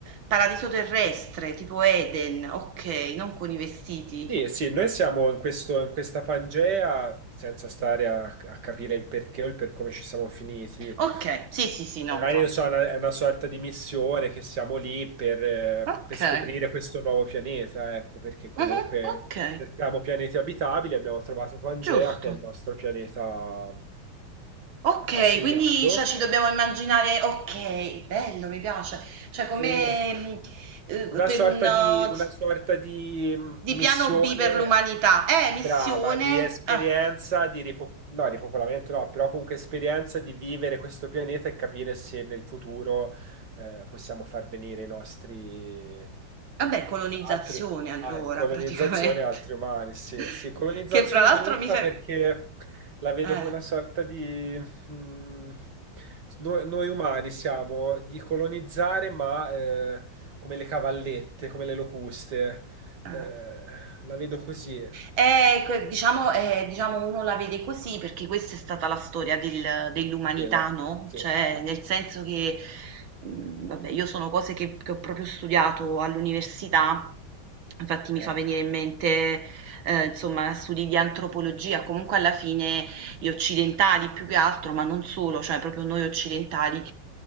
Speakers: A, on the right (about 85°); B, on the right (about 60°).
A: paradiso terrestre, tipo Eden, okay, non con i vestiti.
B: Sì, eh sì, noi siamo in questo- in questa Pangea senza stare a, a capire il perché o il per come ci siamo finiti.
A: Okay, sì, sì, sì, no
B: Magari
A: infatti.
B: non so, è una, è una sorta di missione che siamo lì per, eh,
A: Okay,
B: per scoprire questo nuovo pianeta, ecco, perché comunque
A: mh-mh, okay,
B: cerchiamo pianeti abitabili, abbiamo trovato Pangea,
A: giusto.
B: che è il nostro pianeta
A: Okay,
B: assegnato.
A: quindi cioè ci dobbiamo immaginare okay, bello, mi piace. Cioè come,
B: E
A: mhmm,
B: Una
A: uhm, per
B: sorta
A: un
B: di, una
A: s
B: sorta di mh,
A: di
B: missione
A: piano B per l'umanità. Eh,
B: brava,
A: missione
B: di esperienza,
A: ah,
B: di ripo- no, ripopolamento no, però comunque esperienza di vivere questo pianeta e capire se nel futuro eh, possiamo far venire i nostri
A: vabbè colonizzazione
B: altri,
A: allora
B: ah, colonizzazione
A: praticamente.
B: e altri umani. Sì,
A: <laughs>
B: sì, colonizzazione
A: Che fra l'altro
B: brutta
A: mi fai
B: perché la vedo
A: eh,
B: come una sorta di... mh, noi, noi umani siamo di colonizzare, ma... eh, come le cavallette, come le locuste.
A: eh.
B: Eh, la vedo così.
A: Eh, que- diciamo, eh, diciamo uno la vede così perché questa è stata la storia del- dell'umanità,
B: Del-
A: no?
B: sì,
A: Cioè,
B: sì.
A: nel senso che, mh, vabbè, io sono cose che, che ho proprio studiato all'università, infatti mi
B: Eh,
A: fa venire in mente, eh, insomma, studi di antropologia, comunque alla fine gli occidentali più che altro, ma non solo, cioè proprio noi occidentali.